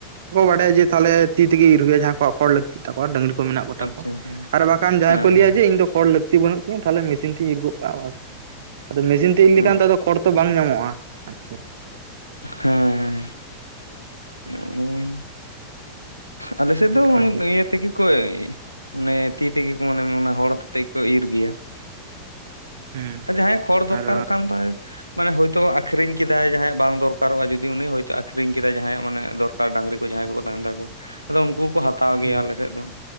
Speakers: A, on the right (about 60°); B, on the right (about 85°).
A: ᱟᱠᱚ ᱵᱟᱰᱟᱭᱟ ᱡᱮ ᱛᱟᱦᱚᱞᱮ ᱛᱤ ᱛᱮᱜᱮ ᱤᱨ ᱦᱩᱭᱩᱜᱼᱟ ᱡᱟᱦᱟᱸᱭ ᱠᱚᱣᱟᱜ ᱠᱷᱚᱲ ᱞᱟᱹᱠᱛᱤ ᱛᱟᱠᱚᱣᱟ ᱰᱟᱹᱝᱨᱤ ᱠᱚ ᱢᱮᱱᱟᱜ ᱠᱚ ᱛᱟᱠᱚᱣᱟ
B: ᱟᱪᱪᱷᱟ ᱦᱮᱸ
A: ᱟᱨ ᱵᱟᱠᱷᱟᱱ ᱡᱟᱦᱟᱸᱭ
B: ᱦᱮᱸ
A: ᱠᱚ ᱞᱟᱹᱭᱟ ᱡᱮ ᱤᱧ ᱫᱚ ᱠᱷᱚᱲ ᱞᱟᱹᱠ ᱛᱤ ᱵᱟᱹᱱᱩᱜ ᱛᱤᱧᱟ ᱛᱟᱦᱚᱞᱮ ᱢᱮᱥᱤᱱ ᱛᱤᱧ ᱤᱨ ᱜᱚᱜ ᱠᱟᱜᱼᱟ ᱵᱟᱥ ᱟᱫᱚ ᱢᱮᱥᱤᱱ ᱛᱮ ᱤᱨ
B: ᱦᱮᱸ
A: ᱞᱮᱠᱷᱟᱱ ᱛᱚ ᱟᱫᱚ ᱠᱷᱚᱲ ᱛᱚ ᱵᱟᱝ ᱧᱟᱢᱚᱜᱼᱟ ᱟᱨᱠᱤᱼᱼ
B: ᱦᱮᱸ ᱦᱮᱸ <inaudible> ᱟᱞᱮ ᱥᱮᱫ
A: ᱚᱱᱠᱟᱜᱮ
B: ᱫᱚ ᱤᱭᱟᱹ ᱛᱮ ᱜᱮᱼᱼ ᱠᱚ <unintelligible> ᱢᱟᱱᱮ ᱛᱤ ᱛᱮᱜᱮ ᱠᱚ ᱢᱟᱱᱮ ᱦᱚᱲ ᱟᱛᱮᱫ ᱜᱮ ᱠᱚ ᱤᱨ ᱜᱮᱭᱟ ᱾
A: ᱦᱮᱸ
B: ᱡᱟᱦᱟᱸᱭ ᱠᱷᱚᱲ
A: ᱟᱨ
B: ᱫᱚᱨᱠᱟᱨᱚᱜ ᱠᱟᱱ ᱛᱟᱭ ᱢᱟᱱᱮ ᱦᱳᱭᱛᱚ ᱟᱠᱷᱨᱤᱧ ᱠᱮᱫᱟᱭ ᱡᱟᱦᱟᱸᱭᱟᱜ ᱵᱟᱝ ᱫᱚᱨᱠᱚᱜ-ᱟ ᱡᱩᱫᱤ ᱩᱱᱤ ᱦᱳᱭᱛᱳ ᱟᱠᱷᱨᱤᱧ ᱠᱮᱫᱟᱭ ᱡᱟᱦᱟᱸᱭᱟᱜ ᱢᱟᱱᱮ ᱫᱚᱨ <unintelligible> ᱰᱟᱝᱨᱤ ᱠᱚ ᱡᱟᱦᱟᱸᱭ ᱠᱚᱠᱚ ᱛᱟᱦᱮᱱ ᱛᱟᱠᱚᱣᱟ ᱟᱫᱚ ᱩᱱᱠᱩ ᱦᱚᱸᱠᱚ ᱦᱟᱛᱟᱣ
A: ᱦᱮᱸ
B: ᱜᱮᱭᱟ ᱟᱞᱮᱥᱮᱫ ᱫᱚ ᱾